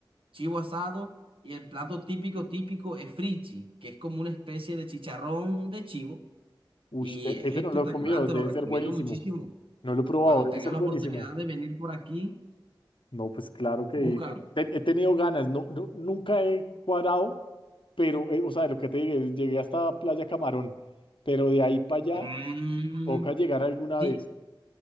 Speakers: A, on the right; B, on the left.
A: chivo asado y el plato típico típico es frichi, que es como una especie de chicharrón de chivo
B: Uy,
A: y es
B: ese
A: espectacular,
B: no lo he comido,
A: te
B: debe
A: lo recomiendo
B: ser buenísimo.
A: muchísimo.
B: No lo he probado,
A: Cuando
B: debe
A: tengas
B: ser
A: la
B: buenísimo.
A: oportunidad de venir por aquí,
B: No, pues claro que
A: búscalo.
B: te- he tenido ganas, no, no, nunca he cuadrado pero, eh, o sea, lo que te dije, llegué hasta Playa Camarón, pero de ahí para allá
A: Mm,
B: toca llegar alguna
A: sí,
B: vez.